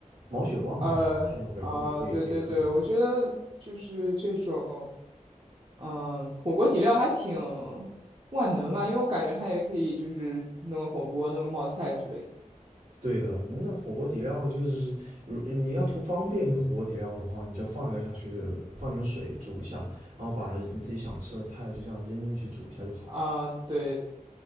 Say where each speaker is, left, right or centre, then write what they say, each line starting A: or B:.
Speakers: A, on the right; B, on the right.
A: 毛血旺什么的，
B: 呃，
A: 它也会也也也可以用。
B: 啊、对对对，我觉得就是这种，嗯，火锅底料还挺万能啊，因为我感觉它也可以就是弄个火锅、弄个冒菜之类的。
A: 对的，那火锅底料就是，如你要图方便，你火锅底料的话，你就放一个下去，放点水煮一下，然后把你自己想吃的菜就这样扔进去煮一下就好了。
B: 啊、对